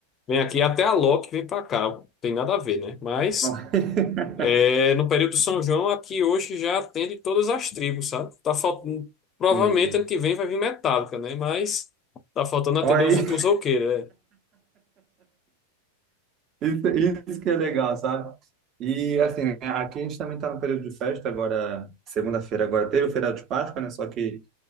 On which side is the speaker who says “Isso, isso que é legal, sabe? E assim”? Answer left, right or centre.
Right